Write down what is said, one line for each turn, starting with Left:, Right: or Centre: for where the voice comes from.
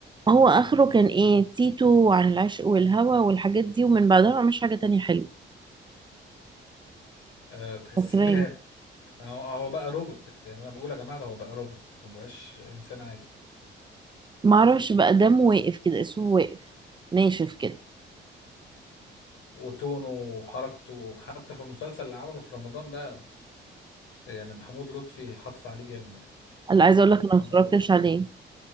Right: هو آخره كان إيه تيتو وعن العشق والهوى والحاجات دي ومن بعدها مش حاجة تانية حلوة
Left: آه، تحسيه
Right: فاكرة
Left: خاب هو هو بقى روبوت يعني أنا بقول يا جماعة ده هو بقى روبوت مبقاش إنسان عادي
Right: ما اعرفش بقى دمه واقف كده اسمه واقف ناشف كده
Left: وتونه وحركته حتى في المسلسل اللي عمله في رمضان ده يعني محمود لطفي حاطط عليه جامد يعني
Right: انا عايزه اقول
Left: ولا
Right: لك
Left: محمد
Right: انا ما اتفرجتش
Left: لطفي اسمه.
Right: عليه